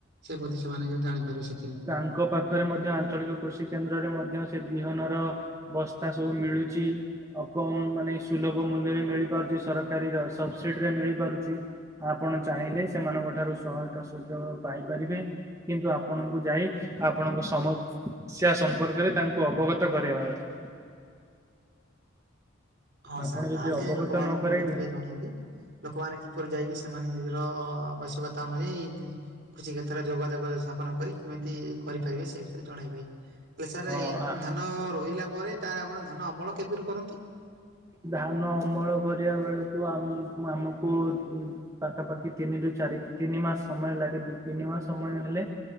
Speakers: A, on the right; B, on the right.
A: ସେ ପ୍ରତି ସେମାନେ ଜାଣିପାରିବ ସେ
B: ତାଙ୍କ ପାଖ ପାଖରେ ମଧ୍ୟ ଆଞ୍ଚଳିକ କୃଷି କେନ୍ଦ୍ରରେ ମଧ୍ୟ ସେ ବିହନର ବସ୍ତା ସବୁ ମିଳୁଛି। ଆଉ କମ ମାନେ ସୁଲଭ ମୂଲ୍ୟରେ ମିଳି ପାରୁଛି ସରକାରୀର ସବସିଡି ରେ ମିଳି ପାରୁଛି। ଆପଣ ଚାହିଁଲେ ସେମାନଙ୍କ ଠାରୁ ସହାୟତା ସୁଯୋଗ ପାଇପାରିବେ କିନ୍ତୁ ଆପଣଙ୍କୁ ଯାଇ ଆପଣଙ୍କ ସମସ୍ୟା ସମ୍ପର୍କରେ ତାଙ୍କୁ ଅବଗତ କରେଇବା ଦରକାର।
A: ହଁ
B: ଆପଣ
A: ସାର୍
B: ଯଦି
A: ତାହେଲେ
B: ଅବଗତ
A: ଲୋକମାନଙ୍କୁ
B: ନ କରାଇବେ
A: ମୁଁ ଏଥିରେ ଜଣେଇବି। ଲୋକମାନେ କିପରି ଯାଇକି ସେମାନେ ନିଜର ଆବଶ୍ୟକତା ଅନୁଯାୟୀ। କୃଷ କ୍ଷେତ୍ରରେ ଯୋଗ ଯୋଗ ସ୍ଥାପନ କରି କେମିତି କରିପାରିବେ ସେ ବିଷୟରେ ଜଣେଇବେ ହେଲେ ସାର୍
B: ହଁ
A: ଏଇ
B: ଆ
A: ଧାନ ରୋଇଲା ପରେ ତାର ଆପଣ ଧାନ ଅମଳ କିପରି କରନ୍ତି?
B: ଧାନ ଅମଳ କରିବା ବେଳକୁ ଆମ ଆମକୁ ପାଖାପାଖି ତିନି ରରୁ ଚାରି ତିନି ମାସ ସମୟ ଲାଗେ ଦୁ ତିନି ମାସ ସମୟ ହେଲେ।